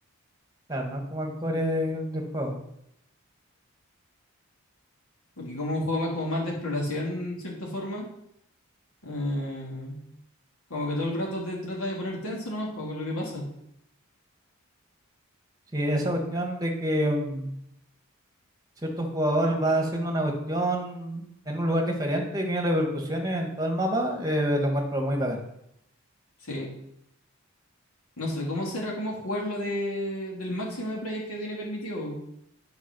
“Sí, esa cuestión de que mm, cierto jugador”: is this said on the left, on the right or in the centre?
Right